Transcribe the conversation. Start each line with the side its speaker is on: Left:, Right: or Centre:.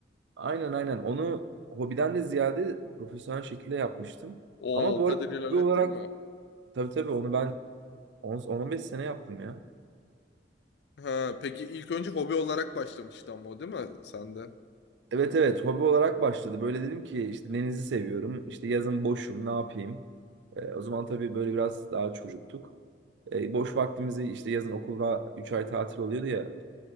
Right: Aynen aynen. Onu hobiden de ziyade profesyonel şekilde yapmıştım.
Left: Oo,
Right: Ama
Left: o
Right: bu
Left: kadar
Right: arada hobi
Left: ilerlettin
Right: olarak
Left: mi?
Right: tabii tabii onu ben 10 beş sene yaptım ya.
Left: Ha, peki ilk önce hobi olarak başlamıştı ama o değil mi sende?
Right: Evet evet hobi olarak başladı. Böyle dedim ki işte denizi seviyorum. İşte yazın boşum ne yapayım. Ee, o zaman tabii böyle biraz daha çocuktuk. Ee, boş vaktimizi işte yazın okulda 3 ay tatil oluyordu ya.